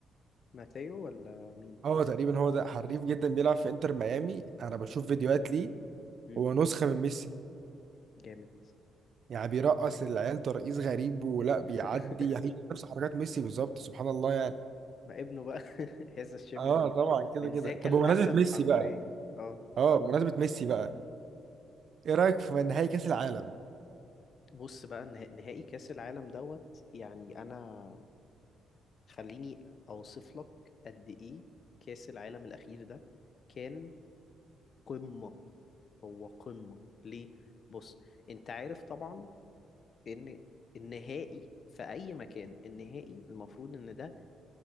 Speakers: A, on the left; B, on the right.
A: ماثيو ولا مين
B: اه تقريبا هو ده حريف جدا بيلعب في انتر ميامي انا بشوف
A: مم.
B: فيديوهات ليه
A: مم.
B: هو نسخة من ميسي
A: جامد
B: يعني بيرقص العيال ترقيص غريب ولا
A: <laughs>
B: بيعدي هي نفس حركات ميسي بالظبط سبحان الله يعني
A: ما ابنه بقى <laughs> هذا الشبل
B: اه
A: من
B: طبعا كده
A: من
B: كده
A: ذاك
B: طب
A: الأسد
B: بمناسبة ميسي
A: حرفيا
B: بقى
A: اه
B: اه بمناسبة ميسي بقى ايه رأيك في نهائي كأس العالم
A: بص بقى نه- نهائي كأس العالم دوت يعني أنا خليني أوصف لك قد إيه كأس العالم الأخير ده كان قمة هو قمة ليه؟ بص أنت عارف طبعا إن النهائي في أي مكان النهائي المفروض إن ده